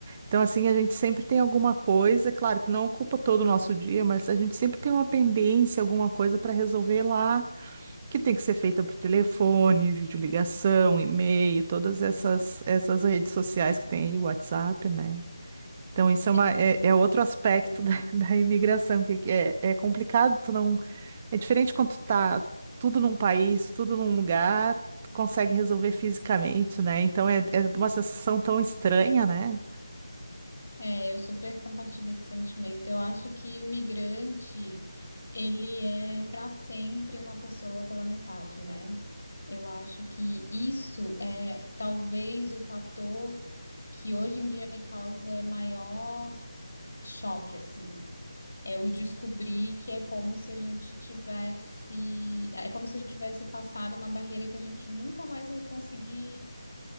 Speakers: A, on the right; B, on the left.
A: Então, assim, a gente sempre tem alguma coisa, claro que não ocupa todo o nosso dia, mas a gente sempre tem uma pendência, alguma coisa para resolver lá, que tem que ser feita por telefone, videoligação, e-mail, todas essas, essas redes sociais que tem aí, WhatsApp, né? Então, isso
B: Sim.
A: é, uma, é, é outro aspecto da, <laughs> da imigração, que que é, é complicado tu não é diferente quando tu tá tudo num país, tudo num lugar, tu consegue resolver fisicamente, né? Então é, é uma sensação tão estranha, né?
B: É, eu super compartilho esse sentimento. Eu acho que o migrante, ele é para sempre uma pessoa pela metade, né? Eu acho que isso é talvez o fator que hoje em dia me causa maior choque, assim. Eu descobri que é como se a gente tivesse, é como se a gente tivesse passado uma barreira que a gente nunca mais vai conseguir